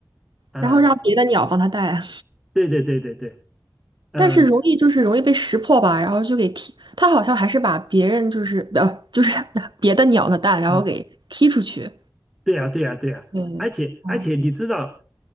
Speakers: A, in the centre; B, on the right.
A: 啊，
B: 然后让别的鸟帮它带来，
A: 对对对对对，嗯
B: 但是容易就是容易被识破吧，然后就给踢。它好像还是把别人就是呃就是 <laughs> 别的鸟的蛋，然后给踢出去。
A: 啊，对呀对呀对呀，
B: 对对，
A: 而且而且你知道，
B: 哦，